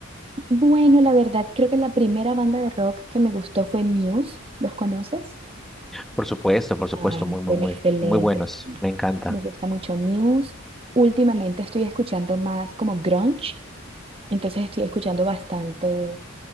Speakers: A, on the right (about 30°); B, in the centre.
A: Bueno, la verdad, creo que la primera banda de rock que me gustó fue Muse. ¿Los conoces?
B: Por supuesto, por supuesto,
A: Ah,
B: muy, muy,
A: bueno,
B: muy,
A: excelente.
B: muy buenos.
A: sí.
B: Me encanta.
A: Me gusta mucho Muse. Últimamente estoy escuchando más como grunge, entonces estoy escuchando bastante